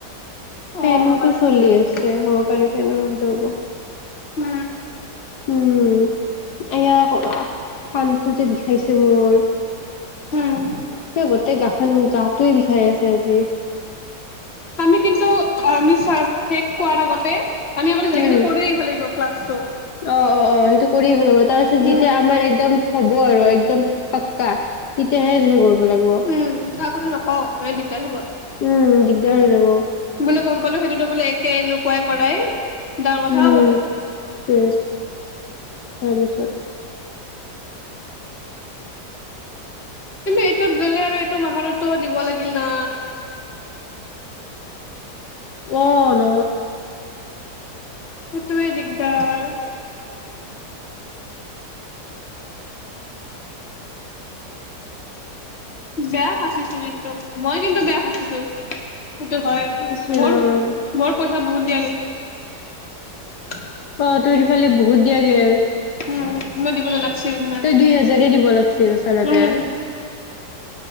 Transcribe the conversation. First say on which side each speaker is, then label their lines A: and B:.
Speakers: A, on the left; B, on the left.
A: অ
B: ফেনতটো
A: হ'ব বাৰু
B: চলি আছে। হ'ব পাৰে ফেনৰ শব্দ হ'ব
A: উম
B: উম এয়া কাণটো যে বিষাইছে মোৰ
A: উম
B: সেই গোটেই গা উম গাতোৱে বিষাই আছে আজি।
A: আমি কিন্তু আমি শেষ কোৱাৰ আগতে আমি আগতে যাই
B: উম
A: কিনে কৰি আহিব লাগিব ক্লাছটো
B: অ' অ' অ' সেইটো কৰিয়ে ভাল হ'ব তাৰপিছত
A: উম
B: যেতিয়া আমাৰ একদম হ'ব আৰু একদম পাক্কা তেতিয়াহে যে কৰিব লাগিব
A: উম আগতে নকওঁ মানে দিগদাৰ হ'ব
B: উম। দিগ দাৰ হৈ যাব।
A: বোলে গম পালো সেইটোতো বোলে একে এনেকুৱাই কৰাই, ডাঙৰ কথা
B: উম
A: হবতে
B: শেষ তাৰপিছত
A: কিন্তু এইটোত গ'লে আৰু এইটো মাহততো দিব লাগিল না।
B: অ ন
A: সেইটো দিগদাৰ বেয়া ফাচিছো কিন্তু মই কিন্তু বেয়া ফাচিছো। সেইটো হয়
B: ইচ ৰাম
A: মোৰ মোৰ কথা বহুত দিয়া গৈছে।
B: অ তোৰ ইফালে বহুত দিয়াগে আৰু
A: উম মই দিব নালাগিছিল সিমান
B: তই দুই হাজাৰ দিব লাগিছিল আচলতে।
A: উম